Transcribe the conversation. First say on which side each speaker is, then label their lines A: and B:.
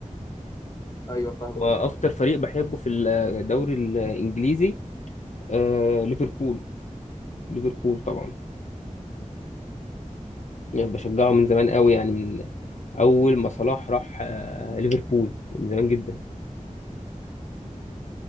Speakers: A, on the left (about 30°); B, on the left (about 65°).
A: ايوه فاهم
B: واكتر
A: قصدك
B: فريق بحبه في الدوري الانجليزي آه، ليفربول ليفربول طبعا يعني بشجعه من زمان قوي يعني من اول ما صلاح راح آه، ليفربول من زمان جدا